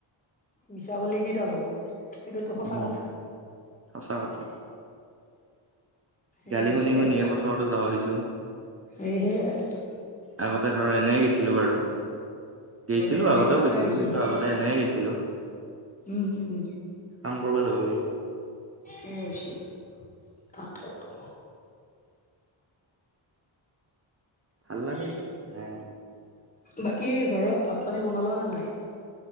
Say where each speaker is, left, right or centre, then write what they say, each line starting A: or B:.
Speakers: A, on the left (about 15°); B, on the right (about 30°).
A: মিছাকলে কিডাল হ'ব। সেইটোতো সঁচা
B: উম,
A: কথা।
B: সঁচা কথা।
A: সেই
B: গালি
A: হৈছে
B: শুনি, শুনিয়ে
A: আইতা,
B: পথাৰতো যৱা হৈছোঁ।
A: এই সেইয়া
B: আগতে ধৰ, এনে গেইছিলো বাৰু!
A: আগতে
B: গেইছিলো
A: এনেই
B: আগতেও
A: চাবাই
B: গৈছিলো
A: গৈছিলোঁ।
B: কিন্তু আগত এনেই গেইছিলোঁ।
A: উম, উম,
B: কৰিব যাব লাগে
A: এই হেইছে, তাকেতো।
B: উম ভাল লাগে যে, যাই আহো।
A: বাকী, ঘৰত ভাত-পানী বনালা নে নাই?